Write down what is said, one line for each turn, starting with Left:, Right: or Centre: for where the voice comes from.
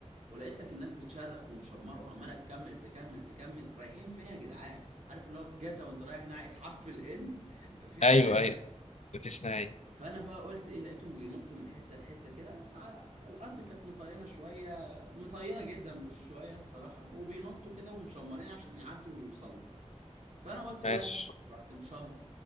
Right: ولقيت لك الناس بتشرخ ومشمره وعماله تكمل تكمل تكمل رايحين فين يا جدعان عارف اللي هو في جاتا وانت رايح ناحيه حرف الان <laughs> مفيش
Left: أيوة
Right: نهايه
Left: أيوة مفيش نهاية
Right: فانا بقى قلت ايه لقيتهم بينطوا من حته لحته كده ع- الارض كانت مطينه شويه مطينه جدا مش شويه الصراحه وبينطوا كده ومشمرين عشان يعدوا ويوصلوا فانا قلت
Left: ماشي
Right: يلا رحت مشمر